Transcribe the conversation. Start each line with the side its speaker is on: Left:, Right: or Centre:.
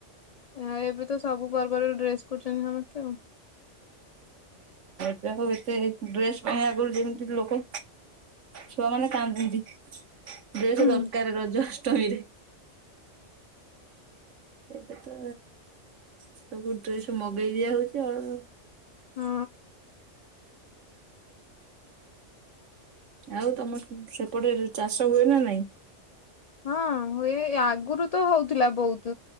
Left: ଏ ଏବେ ତ ସବୁ ପର୍ବରେ ଡ୍ରେସ୍ ଖୋଜୁଛନ୍ତି ସମସ୍ତେ ଆଉ।
Right: ଉ ଏତେ ଡ୍ରେସ୍ ପାଇଁ ଆଗରୁ ଯେମିତି ଲୋକ ଛୁଆମାନେ କାନ୍ଦନ୍ତି। ଡ୍ରେସ୍
Left: ହୁଁ
Right: ଦରକାର ରଜ ଅଷ୍ଟମୀରେ। ଏବେ ତ ସବୁ ଡ୍ରେସ୍ ମଗେଇଦିଆ ହଉଛି ଆଉ।
Left: ହୁଁ।
Right: ଆଉ ତମର ସେପଟେ ଚାଷ ହୁଏନା ନାଇଁ।
Left: ହଁ ହୁଏ ଆଗୁରୁତ ହଉଥିଲା ବହୁତ୍